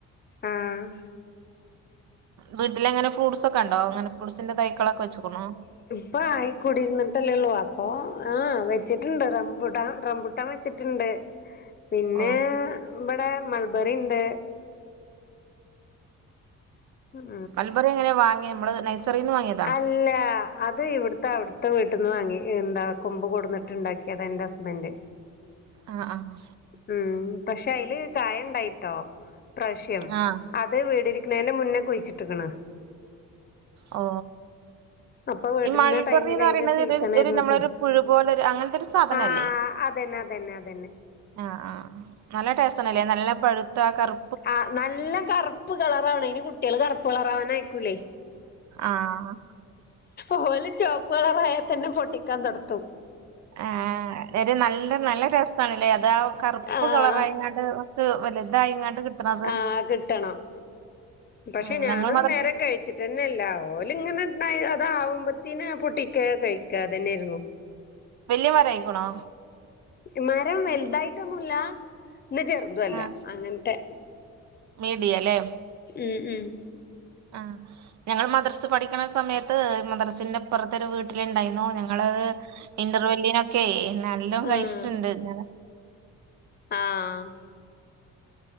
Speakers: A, on the left; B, on the right.
A: ആഹ്
B: വീട്ടിലെങ്ങനെ ഫ്രൂട്ട്സ് ഒക്കെ ഉണ്ടോ. അങ്ങനെ ഫ്രൂട്ട്സിന്റെ തൈക്കളൊക്കെ വെച്ച്ക്കോണോ.
A: അപ്പ ആയിക്കൂടിരുന്നിട്ടല്ലേള്ളൂ അപ്പൊ ആ വെച്ചിട്ടുണ്ട് റംബുടൻ റംബുട്ടാൻ വെച്ചിട്ടുണ്ട്. പിന്നെ
B: ഓ
A: ഇവിടെ മൾബറി ഉണ്ട്. ഉം
B: മൽബറി എങ്ങിനിയ വാങ്ങിയ നമ്മള് നൈസറിൽന്ന് വാങ്ങിയ
A: അല്ല അത് ഇവിടുത്തെ, അവിടുത്തെ വീട്ടിൽ നിന്ന് വാങ്ങി. എന്താ കൊമ്പ് കൊടുന്നിട്ട്ണ്ടാക്കിയ അത് എൻ്റെ ഹസ്ബൻഡ്.
B: ആഹ് ആഹ്
A: ഉം പക്ഷെ അതില് കായുണ്ടായിട്ടോ. ഇ പ്രാവശ്യം
B: ആഹ്
A: അത് വിടിരിക്കണ മുന്നേ കുഴിച്ചിട്ടക്കാണ്.
B: ഓ
A: അപ്പൊ വീടിരുന്ന
B: ഈ മൾബറിന്ന്
A: ടൈമിൽ
B: പറയണുന്നത്
A: അതിന്റെ സീസൺ
B: ഇത് ഇതൊരു
A: ആയിരുന്നു
B: നമ്മള ഒരു പുഴുപോലെ ഒരു അങ്ങനത്തെ ഒരു സാധനല്ലേ?.
A: ആഹ് അതന്നെ, അതന്നെ, അതന്നെ
B: ആഹ ആഹ് നല്ല ടേസ്റ്റ് ആണല്ലേ. നല്ല പഴുത്ത കറു
A: ആഹ നല്ല കറുപ്പ് കളറവണം. ഇന് കുട്ടികള് കറുപ്പ് കളറവാൻ അയക്കൂല്ലേ.
B: ആഹ്
A: ഓല് ചോപ്പ് കളറായാ തന്നെ പൊട്ടിക്കാൻ തൊടത്തും
B: ആഹ ഒരു നല്ല നല്ല രസാണല്ലേ അ അതാ കറുപ്പ്
A: ആഹ്
B: കളറായ്ങ്ങാട്ട് കുറച്ച് വല്ല്യതായിങ്ങാട്ട് കിട്ടണത്
A: ആഹ് കിട്ടണം പക്ഷെ
B: ആ
A: ഞാനത്
B: ഞങ്ങൾ മദ്രസ്
A: നേരെ കഴിച്ചിട്ട് ന്നെല്ല ഓല്ങ്ങനെ അതാവുമ്പത്തേന് പൊട്ടിക്കാ കഴിക്കാതന്നെയായിരുന്നു
B: വല്യ മരായിക്കണോ?
A: മരം വലുതായിട്ടൊന്നുല്ല ന്നാ ചെറുതുല്ല
B: ആഹ്
A: അങ്ങനത്തെ
B: മീഡിയല്ലേ
A: ഉമ് ഉമ്
B: ആ ഞങ്ങൾ മദ്രസ് പഠിക്കണ സമയത്ത് മദ്രസിന്റെപ്പുറത്തെ ഒരു വീട്ടിലുണ്ടായിരുന്നു ഞങ്ങ ഞങ്ങളത് ഇന്റർവല്ലിനൊക്കെ നല്ലോം
A: ആഹ്
B: കഴിച്ചിട്ടുണ്ട് ഞ
A: ആഹ്